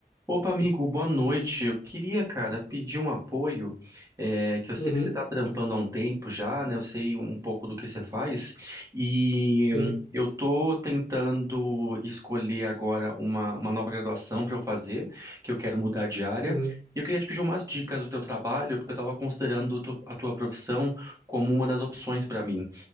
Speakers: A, on the right; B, on the left.
A: Opa, amigo, boa noite. Eu queria, cara, pedir um apoio, é, que eu sei
B: Uhum,
A: que você está trampando há um tempo já, né? Eu sei um pouco do que você faz, e
B: sim,
A: hum, eu tô tentando escolher agora uma, uma nova graduação para eu fazer, que eu quero mudar de área.
B: uhum,
A: E eu queria te pedir umas dicas do teu trabalho, porque eu estava considerando tu- a tua profissão como uma das opções para mim.